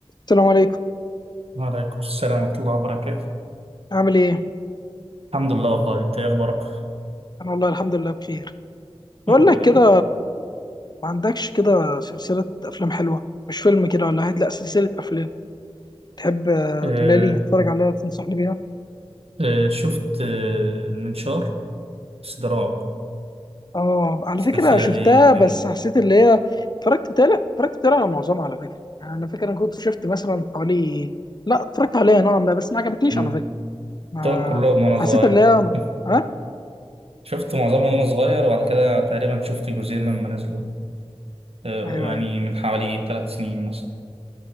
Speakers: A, on the left; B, on the right.
A: السلام عليكم
B: وعليكم السلام ورحمة الله وبركاته
A: عامل ايه
B: الحمد لله والله انت ايه اخبارك
A: انا والله الحمد لله بخير
B: يا
A: بقول
B: رب
A: لك
B: دايما
A: كده ما عندكش كده سلسلة افلام حلوة مش فيلم كده ولا واحد لا سلسلة افلام تحب آه،
B: آه
A: تقولها لي اتفرج عليها تنصحني بيها
B: آه شفت آه المنشار بس ده رعب
A: اه على
B: السلسلة
A: فكرة شفتها
B: دي
A: بس
B: جامدة
A: حسيت اللي هي اتفرجت تالي اتفرجت تالي على معظمها على فكرة يعني انا فاكر انا كنت شفت مثلا حوالي لا اتفرجت عليها نوعا ما بس ما عجبتنيش
B: مم.
A: على فكرة ما
B: شفتهم كلهم وانا
A: حسيت
B: صغير
A: اللي هي
B: <laughs>
A: ها
B: شفت معظمهم وانا صغير وبعد كده تقريبا شفت جزئين لما نزلوا آه
A: ايوه
B: يعني
A: ايوه
B: من حوالي ثلاث سنين مثلا